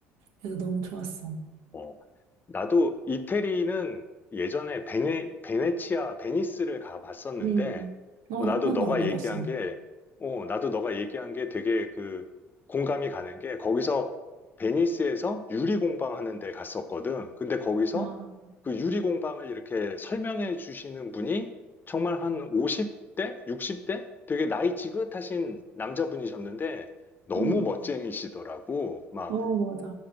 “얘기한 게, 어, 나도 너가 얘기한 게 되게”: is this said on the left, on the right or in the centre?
Left